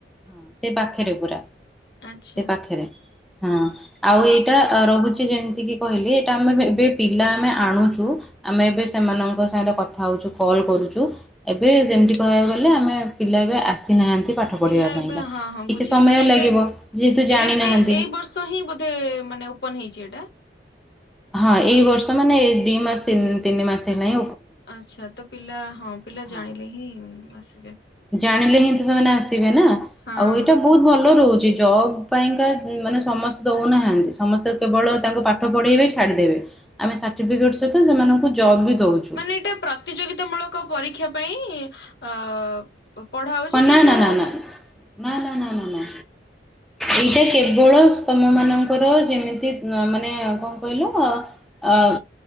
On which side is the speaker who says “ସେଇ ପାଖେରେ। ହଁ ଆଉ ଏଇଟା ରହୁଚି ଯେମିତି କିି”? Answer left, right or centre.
Centre